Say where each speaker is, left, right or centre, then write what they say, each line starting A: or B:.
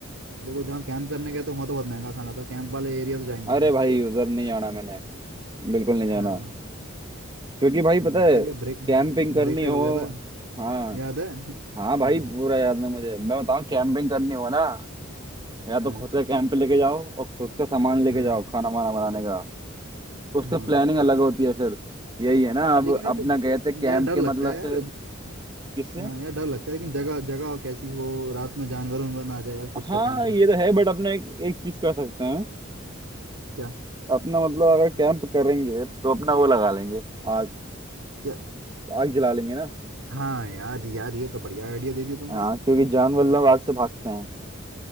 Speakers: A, on the right; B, on the right.
A: देखो जहाँ कैंप करने गए थे वहाँ तो बहुत महंगा खाना था कैंप वाले एरिया तो जाएंगे
B: अरे
A: नहीं
B: भाई उधर नहीं जाना मैंने बिल्कुल नहीं जाना
A: हाँ
B: क्योंकि भाई
A: हम्म,
B: पता है
A: ठीक है ब्रेक
B: कैंपिंग करनी
A: ब्रेक फेल
B: हो
A: हो गया था
B: हाँ
A: याद है
B: हाँ भाई
A: हाँ
B: पूरा याद नहीं मुझे मैं बताऊँ कैंपिंग करनी हो ना या तो
A: हाँ
B: खुद का कैंप लेके जाओ और खुद का सामान लेके
A: हाँ
B: जाओ खाना वाना बनाने का उससे
A: हाँ
B: प्लानिंग अलग होती है फिर यही है ना अब
A: लेकिन यार
B: अपना
A: फिर
B: गए थे कैंप
A: यार डर
B: के
A: लगता
B: मतलब
A: है यार
B: से किससे
A: हाँ यार डर लगता है लेकिन जगह जगह कैसी हो रात में जानवर उनवर ना आ जाए यार खुद का
B: हाँ
A: टेंट में
B: ये तो है बट अपने एक, एक चीज कर सकते हैं
A: क्या
B: अपना मतलब अगर कैंप करेंगे तो अपना वो लगा लेंगे आग
A: क्या
B: आग जला लेंगे ना
A: हाँ यार यार ये तो बढ़िया आइडिया दे दिया तुमने
B: हाँ क्योंकि जानवर लोग आग से भागते हैं